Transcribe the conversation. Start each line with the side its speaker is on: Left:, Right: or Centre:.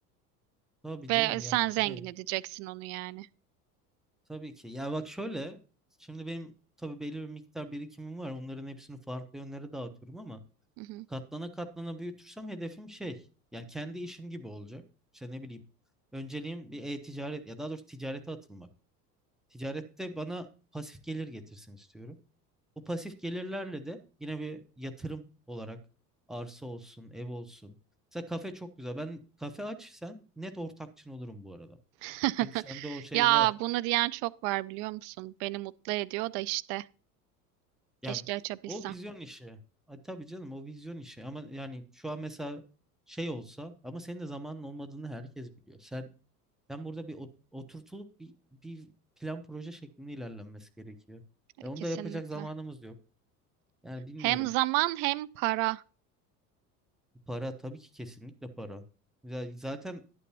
Centre: tabii
Right: Ve
Centre: canım
Right: sen
Centre: yani kime?
Right: zengin edeceksin onu yani.
Centre: Tabii ki. Ya bak şöyle şimdi benim tabii belli bir miktar birikimim var. Onların hepsini farklı yönlere dağıtıyorum ama
Right: Hı hı.
Centre: katlana katlana büyütürsem hedefim şey yani kendi işim gibi olacak. İşte ne bileyim önceliğim bir e-ticaret ya daha doğrusu ticarete atılmak. Ticarette bana pasif gelir getirsin istiyorum. Bu pasif gelirlerle de yine bir yatırım olarak arsa olsun, ev olsun. Mesela kafe çok güzel. Ben kafe aç sen net ortakçın olurum bu arada.
Right: <laughs>
Centre: Çünkü sende o şey
Right: Ya
Centre: var.
Right: bunu diyen çok var biliyor musun? Beni mutlu ediyor da işte. Keşke
Centre: Ya
Right: açabilsem.
Centre: o vizyon işi. Ha, tabii canım o vizyon işi. Ama yani şu an mesela şey olsa ama senin de zamanın olmadığını herkes biliyor. Sen sen burada bir ot- oturtulup bir, bir plan proje şeklinde ilerlenmesi gerekiyor. Ve
Right: E,
Centre: onu
Right: Kesinlikle.
Centre: da yapacak zamanımız yok. Yani bilmiyorum.
Right: Hem zaman hem para.
Centre: Para tabii ki kesinlikle para. Ya Zaten